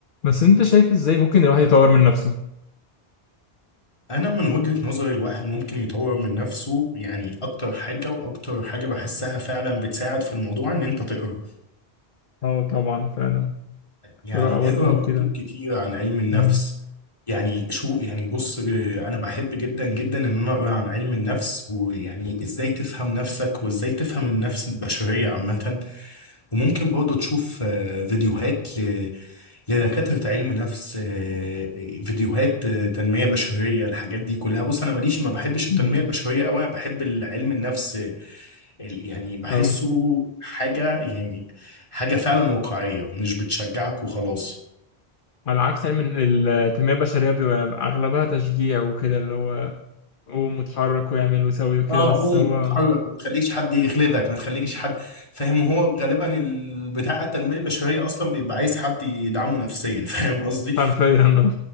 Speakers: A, on the left (about 55°); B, on the left (about 30°).
A: بس انت شايف ازاي ممكن الواحد يطور من نفسه
B: انا من وجهة نظري الواحد ممكن يطور من نفسه يعني اكتر حاجة واكتر حاجة بحسها فعلا بتساعد في الموضوع ان انت تقرا
A: اه طبعا فعلا
B: يعني
A: القراءة برضو
B: اقرا
A: مفيدة
B: كتب كتير عن علم النفس
A: امم
B: يعني شو يعني بص انا بحب جدا جدا ان انا اقرا عن علم النفس ويعني ازاي تفهم نفسك وازاي تفهم النفس البشرية عامة وممكن برضه تشوف آه، فيديوهات ل- لدكاترة علم نفس آه، فيديوهات آه، تنمية بشرية الحاجات دي كلها بص أنا ماليش ما بحبش التنمية
A: أمم.
B: البشرية أوي أنا بحب العلم النفس آه، ال- يعني بحسه
A: اه
B: حاجة يعني حاجة فعلا واقعية مش بتشجعك وخلاص
A: على عكس علم ال- التنمية البشرية بيبقى أغلبها تشجيع وكده اللي هو قوم واتحرك واعمل وسوي وكده
B: اه
A: بس
B: قوم
A: هو
B: اتحرك ما تخليش حد يغلبك ما تخليش حد فاهم وهو غالبا ال- بتاع التنمية البشرية أصلا بيبقى عايز حد يدعمه نفسيا <laughs> فاهم قصدي
A: حرفيا آه.